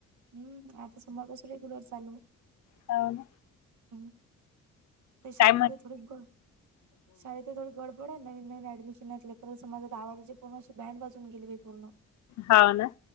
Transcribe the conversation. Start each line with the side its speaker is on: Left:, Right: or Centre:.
Right: हम्म आता समरपासून रेगुलर चालू.
Left: काहल?
Right: ह ते शाळे
Left: काय म्हण
Right: ते थोडी ग शाळे ते थोडी गडब थोड नवीन नवीन डमशनले खं माझा गावाजाची पूणशी बँड बाजून गेली पूर्ण
Left: हाव ना